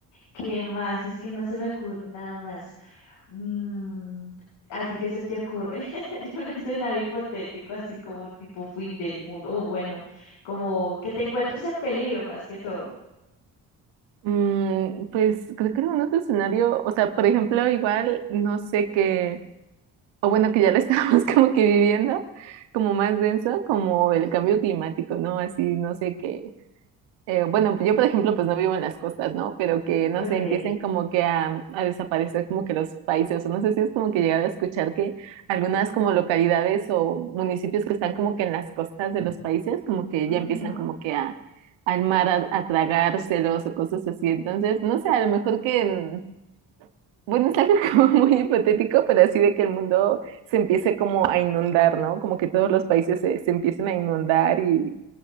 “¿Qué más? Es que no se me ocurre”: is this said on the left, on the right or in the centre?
Left